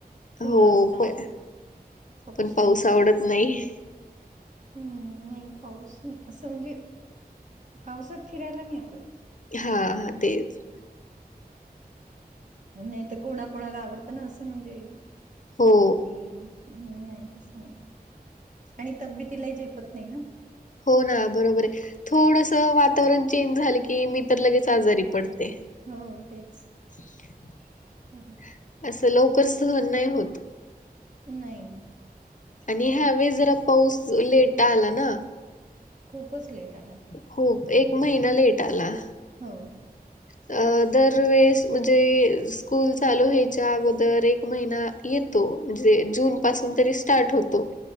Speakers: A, on the right; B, on the left.
A: फुलं
B: हो
A: असतात,
B: पण
A: पक्षी
B: पण पाऊस
A: असतात.
B: आवडत नाही
A: हम्म नाही पाऊस नाही असं म्हणजे पावसात फिरायला नाही आवडत.
B: हा हा तेच.
A: नाही तर कोणाकणाला आवडतं ना असं म्हणजे.
B: हो.
A: कि नाही तसं नाही आणि तबेतीला ही झेपत नाही ना.
B: हो ना बरोबर आहे थोडसा वातावरण चेंज झालं की मी तर लगेच आजारी पडते.
A: हो तेच.
B: े
A: ह हा
B: असं लवकर सहन नाही होत.
A: नाही
B: आणि ह्यावेस जरा पाऊस लेट आला ना.
A: खूपच लेट आला.
B: खूप एक महिना लेट आला.
A: हो हो.
B: अ दरवेेस म्हणजे स्कूल चालू होयच्या अगोदर एक महिना येतो जे जून पासून तरी स्टार्ट होतो.